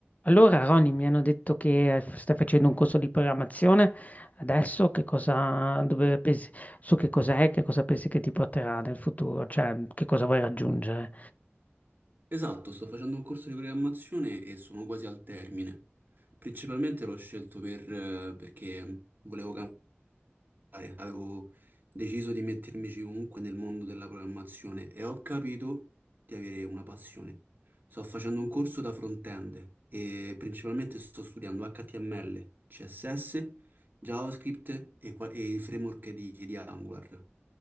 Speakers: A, on the left (about 35°); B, on the right (about 45°).
A: Allora, Roni, mi hanno detto che eh, stai facendo un corso di programmazione. Adesso che cosa, dove pensi, su che cos'è, che cosa pensi che ti porterà nel futuro, cioè che cosa vuoi raggiungere,
B: Esatto, sto facendo un corso di programmazione e sono quasi al termine. Principalmente l'ho scelto per, eh, perché volevo cambiare, avevo deciso di mettermici comunque nel mondo della programmazione e ho capito di avere una passione. Sto facendo un corso da front-end e principalmente sto studiando HTML, CSS, JavaScript e, qua- e il framework di, di Angular.